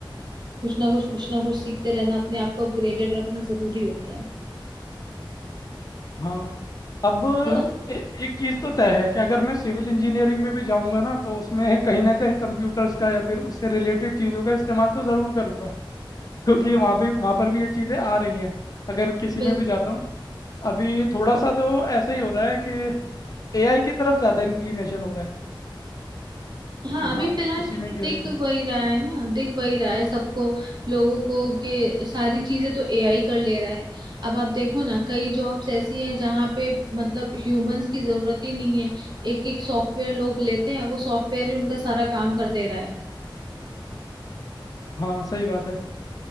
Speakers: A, on the right; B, on the left.
A: कुछ ना कुछ कुछ ना कुछ सीखते रहना अपने आप को अपग्रेडेड रखना जरूरी होता है
B: हाँ अब
A: है ना
B: ए, एक चीज़ तो तय है कि अगर मैं सिविल इंजीनियरिंग में भी जाऊंगा ना तो उसमें कहीं ना कहीं कंप्यूटर्स का या फिर उससे रिलेटेड चीज़ों का इस्तेमाल तो ज़रूर करूंगा क्योंकि वहाँ पे वहाँ पर भी ये चीज़ें आ रही हैं अगर किसी
A: बिल्कुल
B: में भी जाता हूँ अभी थोड़ा सा तो ऐसा ही हो रहा है कि एआई की तरफ ज़्यादा इंक्लिनेशन हो रहा है
A: हाँ
B: कि
A: अभी
B: हाँ
A: फिलहाल
B: उ- उसी
A: क्योंकि
B: में किया
A: दिख
B: जाए
A: वही रहा है ना दिख वही रहा है सबको लोगों को के सारी चीजें तो एआई कर ले रहा है अब आप देखो ना कई जॉब्स ऐसी हैं जहाँ पे मतलब ह्यूमंस की जरूरत ही नहीं है एक एक सॉफ्टवेयर लोग लेते हैं वो सॉफ्टवेयर ही उनका सारा काम कर दे रहा है
B: हाँ सही बात है